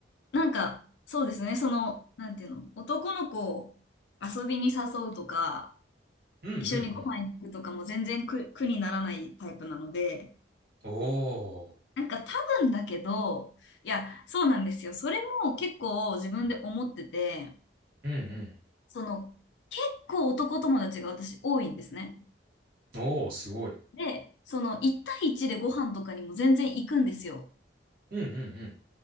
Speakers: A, on the left; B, on the right.
A: なんか、そうですね、その、なんていうの、男の子を遊びに誘うとか、
B: うんうんうん。
A: 一緒にご飯行くとかも全然苦、苦にならないタイプなので、
B: おー。
A: なんか多分だけど、いや、そうなんですよ。それも結構自分で思ってて、
B: うんう
A: その、結構男友達が私多いんですね。
B: ん。おー、すごい。
A: で、その1対1でご飯とかにも全然行くんですよ。
B: うんうんうん。